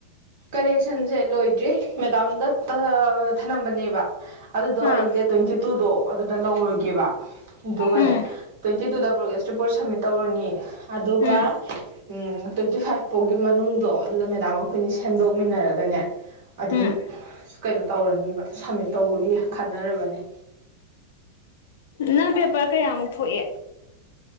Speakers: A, on the right; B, on the left.
A: ꯀꯔꯦꯛꯁꯟꯁꯦ ꯂꯣꯏꯗ꯭ꯔꯤ ꯃꯦꯗꯥꯝꯗ ꯇ ꯊꯅꯝꯕꯅꯦꯕ ꯑꯗꯨꯗꯣ ꯑꯩ
B: ꯑꯥ
A: ꯗꯦꯠ ꯇ꯭ꯋꯦꯟꯇꯤ ꯇꯨꯗꯣ ꯑꯗꯨꯗ ꯂꯧꯔꯒꯦꯕ ꯑꯗꯨꯒꯅꯦ
B: ꯎꯝ
A: ꯇ꯭ꯋꯦꯟꯇꯤ ꯇꯨꯗ ꯄ꯭ꯔꯣꯒ ꯁꯇ ꯔꯤꯄꯣꯔꯠ ꯁꯞꯃꯤꯠ ꯇꯧꯔꯅꯤ ꯑꯗꯨꯒ
B: ꯎꯝ
A: ꯎꯝ ꯇ꯭ꯋꯦꯟꯇꯤ ꯐꯥꯏꯚ ꯐꯥꯎꯒꯤ ꯃꯅꯨꯡꯗꯣ ꯑꯗꯨꯗ ꯃꯦꯗꯥꯝ ꯑꯩꯈꯣꯏꯅꯤ ꯁꯦꯝꯗꯣꯛꯃꯤꯟꯅꯔꯒꯅꯦ ꯑꯗꯨꯝ
B: ꯎꯝ
A: ꯀꯩꯅꯣ ꯇꯧꯔꯅꯤꯕ ꯁꯝꯃꯤꯠ ꯇꯧꯕꯒꯤ ꯈꯟꯅꯔꯕꯅꯦ
B: ꯅꯪ ꯄꯦꯄꯔ ꯀꯌꯥꯃꯨꯛ ꯊꯣꯛꯑꯦ